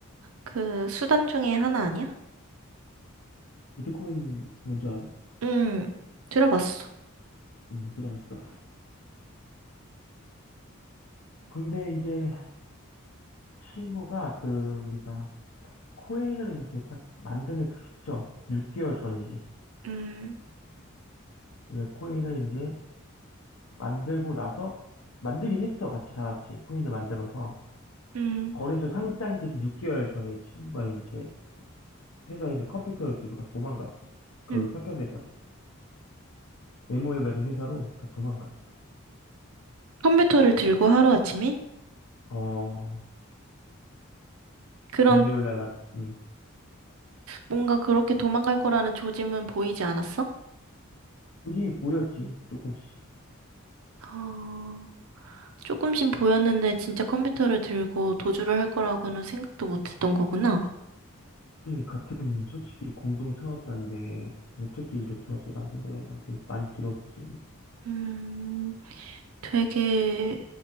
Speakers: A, on the right; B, on the left.
A: 그 수단 중에 하나 아니야?
B: 비트코인 뭔지 알아?
A: 음, 들어봤어.
B: 응, 들어봤어. 근데 이제 친구가 그 우리가 코인을 이제 딱 만드는 그 시점, 6개월 전이지.
A: 음,
B: 왜 코인을 이제 만들고 나서 만들긴 했어. 같이 다 같이 코인을 만들어서
A: 음,
B: 거래소 상장되기 6개월 전에 친구가 이제 회사에 있는 컴퓨터를 들고 다 도망갔어. 그
A: 음.
B: 협력 회사로. MOU 맺은 회사로 다 도망갔어.
A: 컴퓨터를 들고 하루아침에?
B: 어,
A: 그런
B: 금요일 날, 나, 음,
A: 뭔가 그렇게 도망갈 거라는 조짐은 보이지 않았어?
B: 조짐이 보였지, 조금씩.
A: 어, 조금씩 보였는데 진짜 컴퓨터를 들고 도주를 할 거라고는 생각도 못했던 거구나.
B: 솔직히 같은, 솔직히 공동 창업자인데, 어떻게 이렇게 하지라는 생각이 난 좀 많이 들었지.
A: 음, 되게